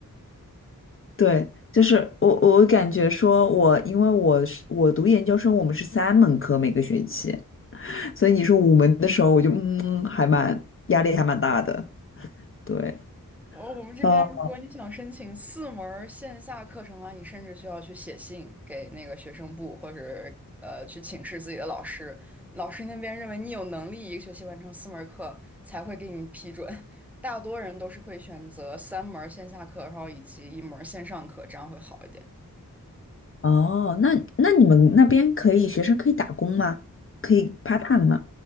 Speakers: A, on the left (about 40°); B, in the centre.
A: 对，就是我我感觉说我，因为我是我读研究生，我们是三门课每个学期。所以你说五门的时候，我就嗯，还蛮压力还蛮大的。对，
B: 哦，我们这边如果你想申请四门儿线下课程的话，
A: 哦
B: 你甚至需要去写信给那个学生部，或者呃去请示自己的老师。老师那边认为你有能力一个学期完成四门儿课，才会给你批准。<laughs> 大多人都是会选择三门儿线下课，然后以及一门儿线上课，这样会好一点。
A: 哦，那那你们那边可以学生可以打工吗？可以 part time 吗？